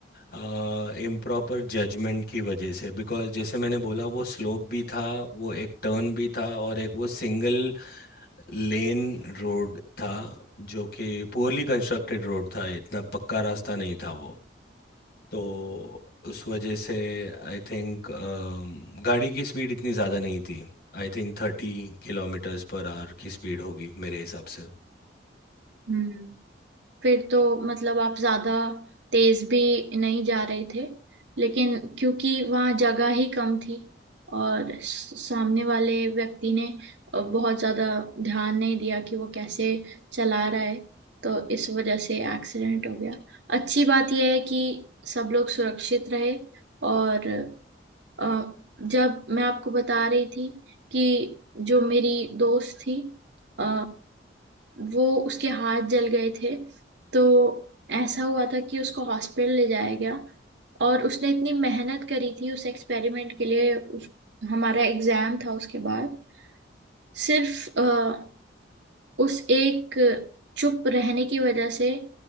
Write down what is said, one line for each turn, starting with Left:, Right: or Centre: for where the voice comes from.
Left: इम्प्रॉपर जजमेंट की वजह से बिकॉज जैसे मैंने बोला वो स्लोप भी था वो एक टर्न भी था और एक वो सिंगल लेन रोड था जो कि पुअरली कंस्ट्रक्टेड रोड था इतना पक्का रास्ता नहीं था वो तो उस वजह से आई थिंक गाड़ी की स्पीड इतनी ज़्यादा नहीं थी I think thirty kilometres per hour की स्पीड होगी मेरे हिसाब से
Right: हम्म फिर तो मतलब आप ज्यादा तेज भी नहीं जा रहे थे लेकिन क्योंकि वहाँ जगह ही कम थी और स- सामने वाले व्यक्ति ने अ, बहुत ज्यादा ध्यान नहीं दिया कि वो कैसे चला रहा है तो इस वजह से एक्सीडेंट हो गया अच्छी बात यह है कि सब लोग सुरक्षित रहे और अ, जब मैं आपको बता रही थी कि जो मेरी दोस्त थी अ, वो उसके हाथ जल गए थे तो ऐसा हुआ था कि उसको हॉस्पिटल ले जाया गया और उसने इतनी मेहनत करी थी उस एक्सपेरिमेंट के लिए उस, हमारा एग्जाम था उसके बाद सिर्फ अ, उस एक चुप रहने की वजह से